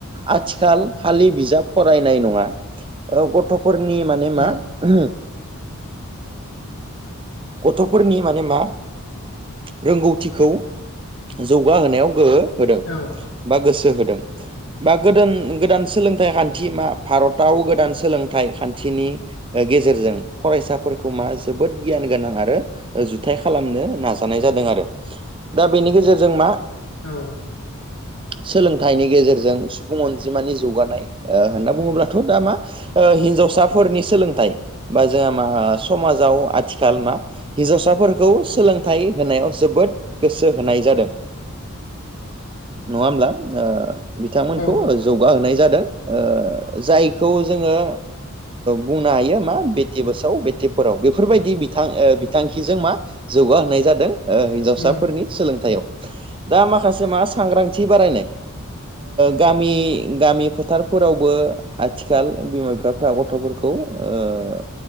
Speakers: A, on the right; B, on the left.
A: आथिखाल खालि बिजाब फरायनाय नङा गथ'फोरनि माने मा
B: उम
A: <unintelligible> गथ'फोरनि माने मा रोंगौथिखौ जौगाहोनायाव गोहो होदों
B: औ
A: बा गोसो होदों बा गोदान गोदान सोलोंथाइ खान्थि
B: उम
A: मा भारताव गोदान सोलोंथाइ खान्थिनि गेजेरजों फरायसाफोरखौ मा जोबोद गियान गोनां आरो जुथाइ खालामनो नाजायो थानाय जादों आरो दा बेनि गेजेरजों मा
B: औ
A: सोलोंथाइनि गेजेरजों सुबुं अनजिमानि जौगानाय होनना बुङोब्लाथ' दा मा हिनजावसाफोरनि सोलोंथाइ बा जोंहा मा समाजाव आथिखाल मा हिनजावसाफोरखौ सोलोंथाइ होनायाव जोबोद गोसो होनाय जादों नङा होमब्ला बिथांमोनखौ
B: औ
A: जौगाहोनाय जादों जायखौ जोङो बुंनो हायो मा बेटि बसाव बेटि पोराव बेफोरबायदि बिथां बिथांखिजों मा जौगाहोनाय जादों। हिन्जावसाफोरनि
B: उम
A: सोलोंथायाइयाव दा माखासे मा सांग्रांथि बारायनाय
B: <inaudible>
A: गामि गामि फोथारफोरावबो आथिखाल बिमा बिफाफ्रा गथ'फोरखौ खौ